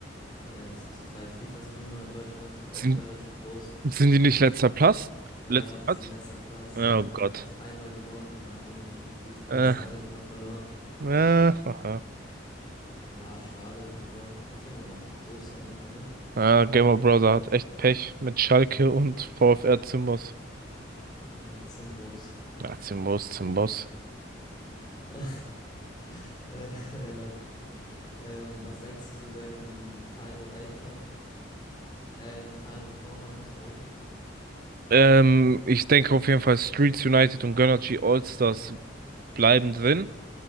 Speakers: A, on the left; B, on the right.
A: Äh, das sind so drei FIFA-Streamer in Deutschland, auch
B: sind,
A: relativ groß.
B: sind die nicht
A: Äh,
B: letzter Platz?
A: ja,
B: Letzter
A: die
B: Platz?
A: sind letzter Platz.
B: Oh
A: Die haben
B: Gott.
A: erst einmal gewonnen und einmal unentschieden gespielt, den
B: Äh,
A: Rest alle immer verloren.
B: äh, <laughs> haha.
A: Ja, schade, aber was will man machen? So ist es halt manchmal, ne?
B: Ja, Gamer Brother hat echt Pech mit Schalke und VfR Zimbos.
A: Ja, Zimbos.
B: Ja, Zimbos, Zimbos.
A: <laughs> Äh, ja. Ähm, was denkst du so, wer in die Final Eight kommt? Äh, in die Final Four, meine ich, sorry.
B: Ähm, ich denke auf jeden Fall Streets United und Gönnergy Allstars bleiben drin.